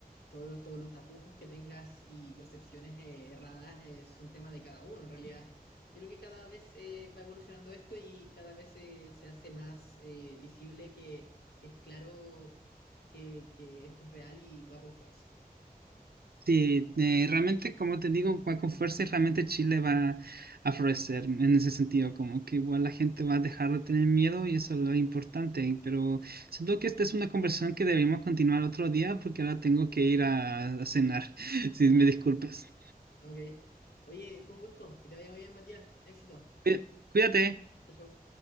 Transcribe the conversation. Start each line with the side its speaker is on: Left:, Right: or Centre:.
Left: todos los, todos los tapujos que tengas y percepciones eh, erradas eh, son tema de cada uno, en realidad. Yo creo que cada vez eh, va evolucionando esto y cada vez eh, se hace más eh, visible que, que es claro que, que esto es real y va con fuerza.
Right: Sí, eh, realmente, como te digo, va con fuerza y realmente Chile va a florecer en ese sentido, como que igual la gente va a dejar de tener miedo y eso es lo importante, pero siento que esta es una conversación que deberíamos continuar otro día porque ahora tengo que ir a, a cenar, <laughs> si
Left: Ajá,
Right: me disculpas.
Left: ok. Oye, fue un gusto. Que te vaya muy bien, Matías. Éxito.
Right: Cuí- Cuídate.
Left: Chao, chao.